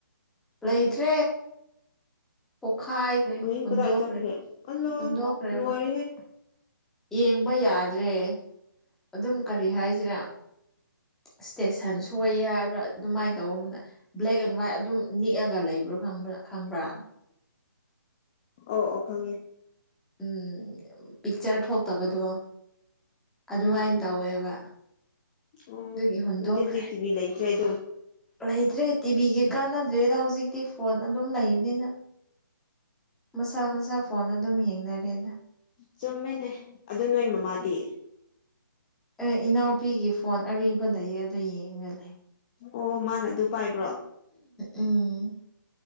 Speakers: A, in the centre; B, on the left.
A: ꯂꯩꯇ꯭ꯔꯦ ꯄꯣꯛꯈꯥꯏꯈ꯭ꯔꯦ
B: ꯎꯏ
A: ꯍꯨꯟꯗꯣꯛꯈ꯭ꯔꯦ
B: ꯀꯗꯥꯏ ꯆꯠꯈ꯭ꯔꯦ ꯑꯜꯂꯣ
A: ꯍꯨꯟꯗꯣꯛꯈ꯭ꯔꯦꯕ
B: ꯂꯣꯏꯔꯦꯍꯦ
A: ꯌꯦꯡꯕ ꯌꯥꯗ꯭ꯔꯦ ꯑꯗꯨꯝ ꯀꯔꯤ ꯍꯥꯏꯖꯤꯔꯥ ꯏꯁꯇꯦꯁꯟ ꯁꯣꯏꯌꯦ ꯍꯥꯏꯕ꯭ꯔꯥ ꯑꯗꯨꯃꯥꯏꯅ ꯇꯧꯕ ꯑꯃꯅ ꯕ꯭ꯂꯦꯛ ꯑꯦꯟ ꯍ꯭ꯋꯥꯏꯠ ꯑꯗꯨꯝ ꯅꯤꯛꯑꯒ ꯂꯩꯕ꯭ꯔꯥꯕ ꯈꯪꯕ꯭ꯔꯥ
B: ꯑꯣ ꯑꯣ ꯈꯪꯉꯦ
A: ꯎꯝ ꯄꯤꯛꯆꯔ ꯊꯣꯛꯇꯕꯗꯣ ꯑꯗꯨꯃꯥꯏꯅ
B: ꯎꯝ ꯎꯝ
A: ꯇꯧꯋꯦꯕ
B: ꯎꯝ
A: ꯑꯗꯨꯒꯤ ꯍꯨꯟꯗꯣꯛꯈ꯭ꯔꯦ
B: ꯑꯗꯨꯗꯤ ꯍꯧꯖꯤꯛ ꯇꯤꯚꯤ ꯂꯩꯇ꯭ꯔꯦ ꯑꯗꯨꯝ
A: ꯂꯩꯇ꯭ꯔꯦ ꯇꯤꯚꯤꯒꯤ ꯀꯥꯟꯅꯗ꯭ꯔꯦꯗ ꯍꯧꯖꯤꯛꯇꯤ ꯐꯣꯟ ꯑꯗꯨꯝ ꯂꯩꯕꯅꯤꯅ ꯃꯁꯥ ꯃꯁꯥ ꯐꯣꯟ ꯑꯗꯨꯝ ꯌꯦꯡꯅꯔꯦꯗ
B: ꯆꯨꯝꯃꯦꯅꯦ ꯑꯗꯨ ꯅꯣꯏ ꯃꯃꯥꯗꯤ
A: ꯑꯦ ꯏꯅꯥꯎꯄꯤꯒꯤ ꯐꯣꯟ ꯑꯔꯤꯕ ꯂꯩꯌꯦ ꯑꯗꯨ ꯌꯦꯡꯒ ꯂꯩ
B: ꯑꯣ ꯃꯥꯅ ꯑꯗꯨ ꯄꯥꯏꯕ꯭ꯔꯣ
A: ꯎꯝ